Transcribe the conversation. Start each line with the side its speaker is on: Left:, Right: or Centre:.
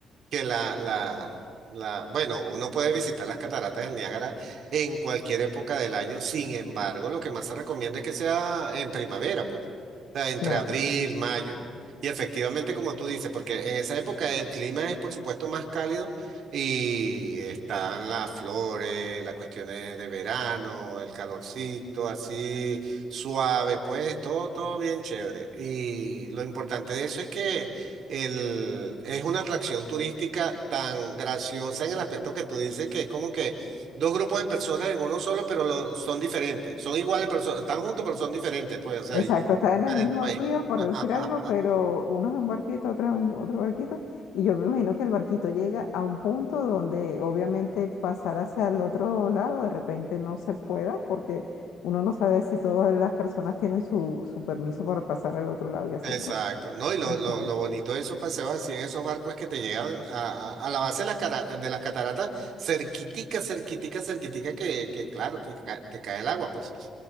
Right: que la, la, la, bueno, uno puede visitar las cataratas del Niágara en cualquier época del año, sin embargo, lo que más se recomienda es que sea en primavera, pues, o sea, entre
Left: claro.
Right: abril, mayo. Y efectivamente, como tú dices, porque en esa época el clima es, por supuesto, más cálido y están las flores, las cuestiones de verano, el calorcito, así suave, pues, todo, todo bien chévere. Y lo importante de eso es que el- es una atracción turística tan graciosa en el aspecto que tú dices que es como que dos grupos de personas en uno solo, pero lo- son diferentes. Son iguales, pero son- están juntos, pero son diferentes, pues, o sea,
Left: Exacto,
Right: y-
Left: está
Right: diferentes
Left: en el mismo
Right: países.
Left: río, por
Right: <laughs>
Left: decir algo, pero uno es en un barquito, otro es en un- otro barquito, y yo me imagino que el barquito llega a un punto donde obviamente pasar hacia el otro lado de repente no se pueda, porque uno no sabe si todas las personas tienen su, su permiso para pasar al otro lado y así,
Right: Exacto.
Left: ¿no?
Right: No, y lo,
Left: Exacto.
Right: lo, lo bonito de esos paseos así en esos barcos es que te llegan a, a- a la base de las, cara- de las cataratas, cerquitica, cerquitica, cerquitica, que, que claro, te, ca- te cae el agua, pues.